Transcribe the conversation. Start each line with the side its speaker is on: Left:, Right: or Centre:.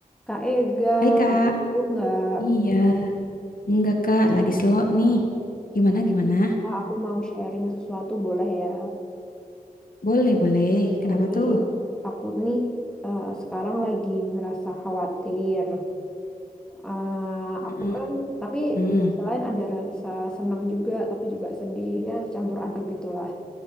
Centre: Kak Ega,
Left: Hai Kak,
Centre: lagi sibuk nggak?
Left: Iya, enggak Kak, lagi slow nih. Gimana gimana?
Centre: Kak, aku mau sharing sesuatu, boleh ya?
Left: Boleh boleh. Kenapa
Centre: Jadi,
Left: tuh?
Centre: aku nih eh, sekarang lagi ngerasa khawatir. Eh, aku
Left: Mm-mm,
Centre: kan, tapi
Left: mm,
Centre: di sisi lain ada rasa senang juga, tapi juga sedih, ya campur aduk gitulah.